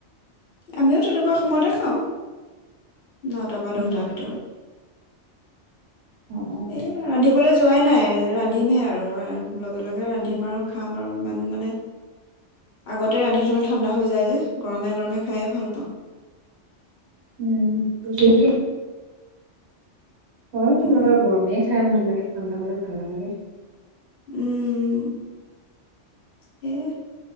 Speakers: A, on the left (about 60°); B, on the right (about 65°).
A: আমিও তেনেকুৱা সময়তে খাওঁ নটাৰ বা
B: উম,
A: দহটাৰ ভিতৰত।
B: অ', অ',
A: এ, ৰান্ধিবলৈ যোৱাই নাই ৰান্ধিমে আৰু। লগে লগে ৰান্ধিম আৰু খাম আৰু ইমান মানে আগতে ৰান্ধি থলে ঠাণ্ডা হৈ যায় যে গৰমে গৰমে খায়ে ভাল পাওঁ
B: উম বুজেইছো হয় তো
A: উম
B: লগুৱা গৰমে খাই ভাল লাগে। ঠাণ্ডা হলে ভাল নালাগে
A: উম! সেই